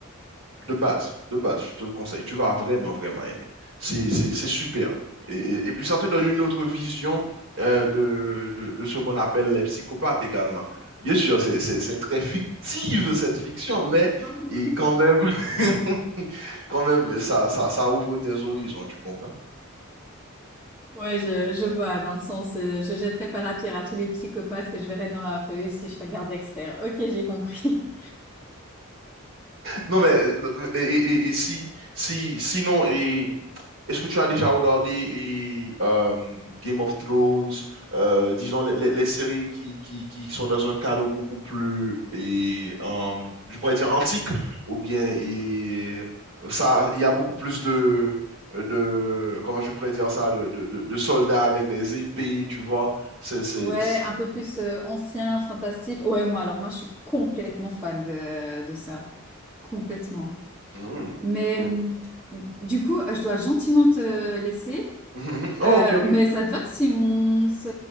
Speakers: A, on the right; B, in the centre.
A: de base, de base, je te le conseille. Tu vas vraiment, vraiment aimer. C'est, c'est, c'est super. Et, et puis, ça te donne une autre vision euh, de, de, de ce qu'on appelle les psychopathes également. Bien sûr, c'est, c'est, c'est très fictive, cette fiction, mais
B: euh.
A: et quand même, <laughs> quand même, ça, ça, ça ouvre tes horizons, tu comprends?
B: Ouais, je, je vois, dans le sens, euh, je jetterai pas la pierre à tous les psychopathes que je verrai dans la rue si je regarde Dexter. Ok, j'ai compris.
A: Non, mais euh, et, et- et si, si, sinon, Est-ce que tu as déjà regardé et, euh, Game of Thrones, euh, disons les, les- les séries qui, qui, qui sont dans un cadre beaucoup plus, et, euh, je pourrais dire antique, ou bien et, ça, il y a beaucoup plus de, de comment je pourrais dire ça, de, de, de- de soldats avec des épées, tu vois. C'est, c'est,
B: Ouais,
A: c'est-
B: un peu plus euh, ancien, fantastique. Ouais, moi, alors moi, je suis complètement fan de, de ça. Complètement.
A: Hmm.
B: Mais
A: Hmm.
B: hum, du coup, euh, je dois gentiment te laisser.
A: Mhm, mhm. Oh,
B: Euh,
A: ok, ok. Ah,
B: mais ça te va si on se